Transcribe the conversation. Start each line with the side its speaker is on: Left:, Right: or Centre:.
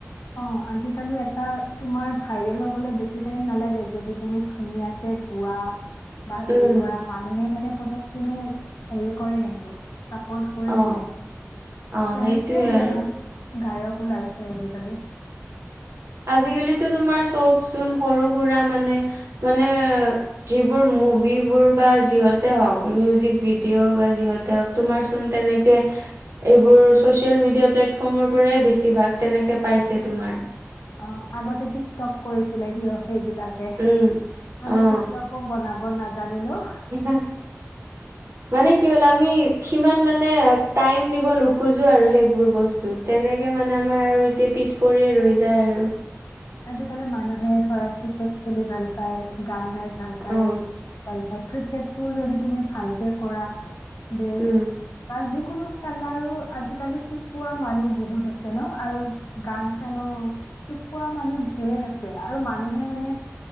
Left: অ', আজিকালি এটা তোমাৰ ভাইৰেল হব'লে বেছি টাইম নালাগে যদি তুমি ধুনীয়াকে পোৱা বা হেৰি
Right: উম
Left: কৰা মানুহে মানে পতক কিনো হেৰি কৰে কিন্তু চাপৰ্ট কৰি
Right: অ
Left: দিয়ে
Right: অ
Left: তেনেকেই
Right: সেইটোয়ে
Left: বহুত
Right: আৰু
Left: গায়ক ওলাইছে আজিকালি।
Right: আজিকালিতো তোমাৰ চবচোন সৰু সুৰা মানে, মানে যিবোৰ মুভিবোৰ বা যিহতে হওঁক মিউজিক ভিডিঅ' বা যিহতে তোমাৰ চোন তেনেকে এইবোৰ ছচিয়েল মিডিয়া প্লেটফৰ্মৰ পৰাই বেছিভাগ তেনেকে পাইছে তোমাৰ।
Left: অ', আগতে টিকটক কৰিছিলে সিহঁতে সেইবিলাক
Right: উম
Left: আমি
Right: অ
Left: টিক টকক বনাব নাজানিলোঁ
Right: উম, উম। মানে কি হ'ল আমি সিমান মানে টাইম দিব নোখোজো আৰু সেইবোৰ বস্তু ত তেনেকে মানে আমাৰ আৰু এতিয়া পিছ পৰিয়ে ৰৈ যায় আৰু।
Left: আজিকালি মানুহে ধৰা ক্ৰিকেট খেলি ভাল পায় গান গায় ভাল পায়,
Right: অ'
Left: ভাল পায় ক্ৰিকেটটোও যদি তুমি ভালকে কৰা বেষ্ট
Right: উম।
Left: বা যিকোনো খেলাৰো আজিকালি শিকোৱা মানুহ বহুত আছে ন আৰু গান চানৰো শিকোৱা মানুহ ঢেৰ আছে আৰু মানুহে মানে